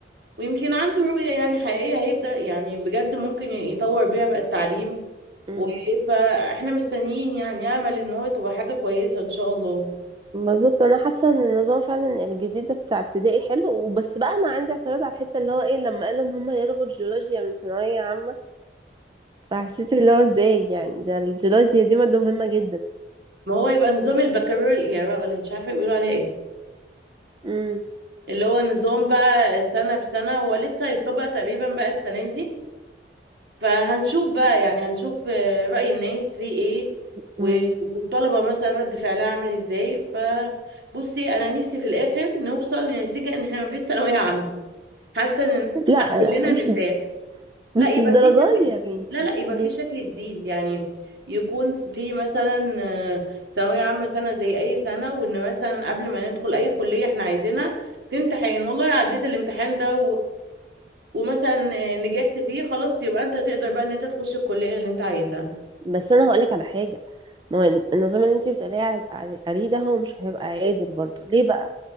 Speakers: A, on the right; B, on the right.
A: ويمكن عنده رؤية يعني حقيقية هيبدأ يعني بجد ممكن يطور بيها بقى التعليم
B: امم
A: و- <laughs> فاحنا مستنيين يعني امل ان هو تبقى حاجة كويسة ان شاء الله
B: بالظبط انا حاسه ان النظام فعلا الجديد ده بتاع ابتدائي حلو وبس بقى انا عندي اعتراض على الحته اللي هو ايه لما قالوا ان هما يلغوا الجيولوجيا من ثانويه عامه فحسيت اللي هو ازاي يعني ده الجيولوجيا دي ماده مهمه جدا
A: ما هو يبقى نظام البكالوريا بقى ولا مش عارفة بيقولوا عليه ايه
B: امم
A: اللي هو نظام بقى سنة بسنة هو لسه هيتطبق تقريبا بقى السنة دي فهنشوف بقى يعني هنشوف آه، رأي الناس فيه ايه
B: مم.
A: و- والطلبة مثلا رد فعلها عامل ازاي فبصي انا نفسي في الاخر نوصل لنتيجة ان احنا ما فيش ثانوية عامة حاسة ان
B: لا
A: <laughs> كلنا
B: لا مش
A: نرتاح لا
B: مش
A: يبقى
B: للدرجة
A: في شكل
B: دي
A: جديد
B: يا بنتي
A: لا لا يبقى
B: ليه؟
A: في شكل جديد يعني يكون في مثلا آه، ثانوية عامة سنة زي أي سنة وإن مثلا قبل ما ندخل أي كلية إحنا عايزينها في امتحان والله عديت الامتحان ده ومثلا آه، نجحت فيه خلاص يبقى انت تقدر بقى ان انت تخش الكلية اللي انت عايزها
B: بس انا هقولك على حاجة ما هو النظام اللي انت بتقولي عل- عل- عليه ده هو مش هيبقى عادل برضه ليه بقى